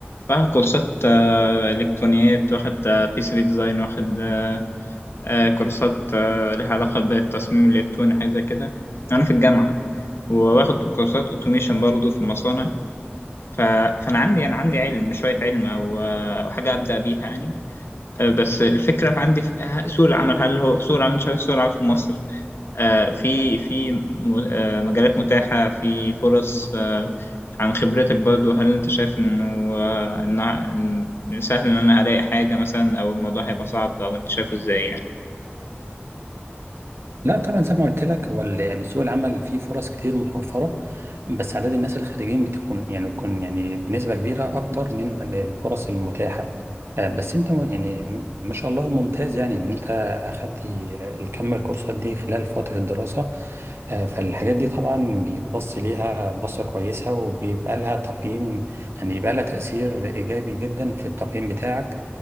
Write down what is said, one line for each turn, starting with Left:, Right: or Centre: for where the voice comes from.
Left: واخد كورسات آه، إلكترونيات واخد آه بي سي بي ديزاين واخد آه، كورسات آه، لها علاقة بالتصميم الإلكتروني حاجة زي كده أنا في الجامعة وواخد كورسات أوتوميشن برضه في المصانع ف... فانا عندي انا عندي علم شويه علم او او حاجه ابدا بيها يعني آه، بس الفكره عندي في آه، سوق العمل هل هو سوق العمل شايف سوق العمل في مصر آه، في في م- آه، مجالات متاحه في فرص آه، عن خبرتك برضو هل انت شايف انه آه، إن إن سهل ان انا الاقي حاجه مثلا او الموضوع هيبقى صعب او انت شايفه ازاي يعني
Right: لا طبعا زي ما قلت لك هو ال- يعني سوق العمل فيه فرص كتير متوفرة بس عدد الناس الخريجين بتكون يعني بيكون يعني بنسبة كبيرة أكبر من الفرص المتاحة آه، بس أنت م- يعني م- ما شاء الله ممتاز يعني إن أنت أخدت الكم الكورسات دي خلال فترة الدراسة آه، فالحاجات دي طبعا بيتبص ليها بصة كويسة وبيبقى لها تقييم يعني بيبقى لها تأثير إيجابي جدا في التقييم بتاعك